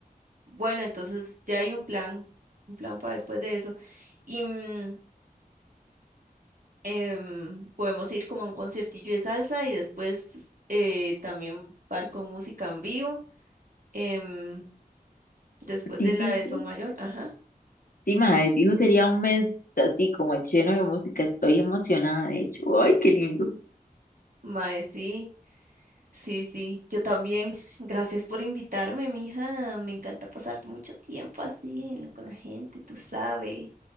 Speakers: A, on the right; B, on the left.
A: Bueno, entonces ya hay un plan, un plan para después de eso. Y mm, em, podemos ir como a un conciertillo de salsa y después eh, también bar con música en vivo. em, después
B: Sí,
A: de
B: sí,
A: la de
B: sí.
A: Son Mayor, ajá.
B: Sí, madre, fijo, sería un mes así como lleno de música. Estoy emocionada, de hecho. Ay, qué lindo.
A: Mae, sí. Sí, sí, yo también. Gracias por invitarme, mija. Me encanta pasar mucho tiempo así en la- con la gente, tú sabes,